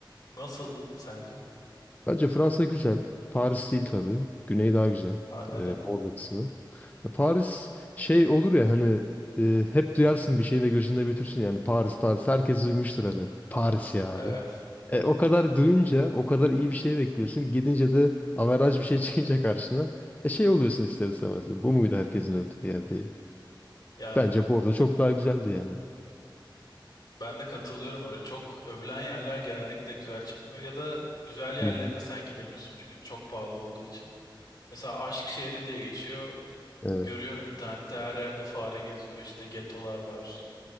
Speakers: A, on the left; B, on the left.
A: nasıldı sence?
B: Bence Fransa güzel. Paris değil tabii. Güney daha güzel.
A: Aa neden?
B: Ee, Bordeaux kısmı. Ya Paris şey olur ya hani e, hep duyarsın bir şey ve gözünde büyütürsün yani Paris Paris. Herkes duymuştur hani. Paris
A: Aha.
B: ya
A: Evet.
B: abi. E, o kadar duyunca o kadar iyi bir şey bekliyorsun. Gidince de averaj bir şey <laughs> çıkınca karşına e, şey oluyorsun ister istemez. Bu muydu herkesin övdüğü yer diye.
A: Yani
B: Bence Bordeaux çok daha güzeldi yani.
A: ben de katılıyorum öyle. Çok övülen yerler genellikle güzel çıkmıyor ya da güzel yerlerine
B: Hı hı.
A: sen gidemiyorsun çünkü çok pahalı olduğu için. Mesela Aşk Şehri diye geçiyor.
B: Evet.
A: Görüyorum internette her yerde fare geziyor işte getolar var